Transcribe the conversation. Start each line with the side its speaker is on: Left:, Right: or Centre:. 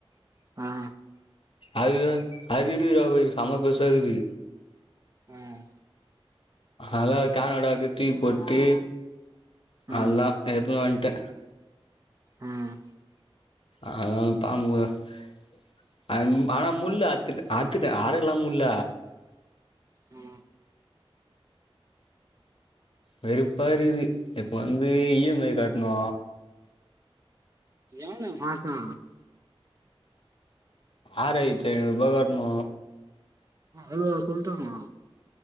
Right: ஆ,
Left: அது அதுயிருக்குற பெருசு சம பெருசாக்குது
Right: ம்
Left: அதா கனோட அப்டியே தூக்கி போட்டு
Right: ஆ,
Left: அவ் தா ஏத்துணு வந்ட்டே
Right: ம்
Left: அதனால பாம்பு <unintelligible> ஆனா முள் அற்த்துட்ட அத்துட்டு ஆறெல்லா முள்ள
Right: ஆ.
Left: வெறுப்பாருகுது இப்போ வந்து இ எம் ஐ கட்ணு
Right: மூணு மாசோ
Left: ஆறயிரத்தி ஐநூற்பா கட்ணு
Right: அவ்ளோவா சொல்ட்டாங்க